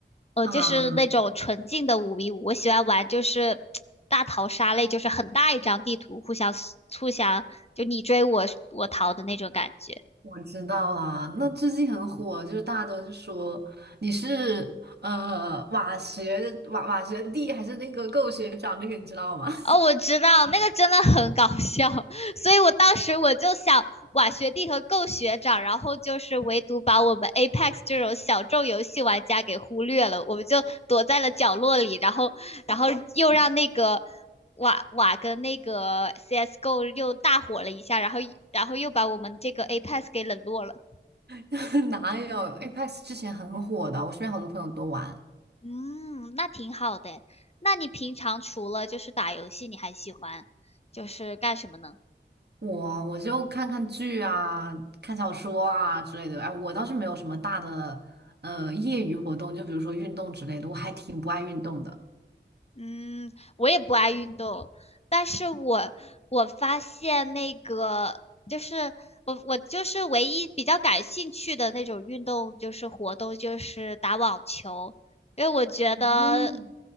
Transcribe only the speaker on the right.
啊？
我知道啦，那最近很火，就是大家都是说你是呃瓦学瓦瓦学弟还是那个够学长，这个你知道吗？<laughs>
<laughs> 哪有 Apex 之前很火的，我身边好多朋友都玩。
我我就看看剧啊，看小说啊之类的。哎，我倒是没有什么大的呃业余活动，就比如说运动之类的，我还挺不爱运动的。
哦